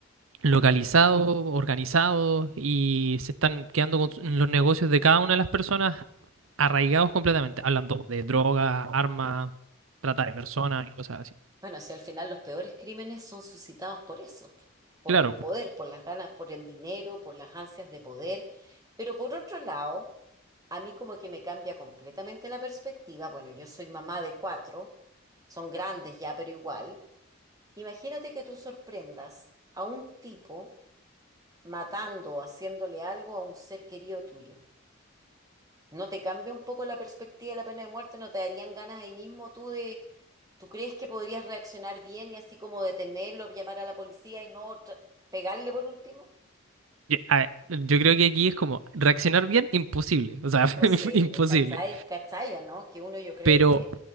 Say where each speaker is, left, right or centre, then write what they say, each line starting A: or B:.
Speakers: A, on the right; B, on the right.
A: localizados, organizados y se están quedando con su- los negocios de cada una de las personas arraigados completamente, hablando de droga, armas, trata de personas y cosas así.
B: Bueno, si al final los peores crímenes son suscitados por eso, por
A: Claro,
B: el poder, por las ganas, por el dinero, por las ansias de poder. Pero por otro lado, a mí como que me cambia completamente la perspectiva. Bueno, yo soy mamá de cuatro, son grandes ya, pero igual. Imagínate que tú sorprendas a un tipo matando o haciéndole algo a un ser querido tuyo. ¿No te cambia un poco la perspectiva de la pena de muerte? ¿No te darían ganas ahí mismo tú de, tú crees que podrías reaccionar bien y así como detenerlo, llamar a la policía y no tra- pegarle por último?
A: Ya, a ver, Yo creo que aquí es como reaccionar bien, imposible, o sea,
B: Imposible,
A: <laughs> imposible.
B: ¿cachai? ¿Cachai o no? Que uno yo creo
A: Pero,
B: que,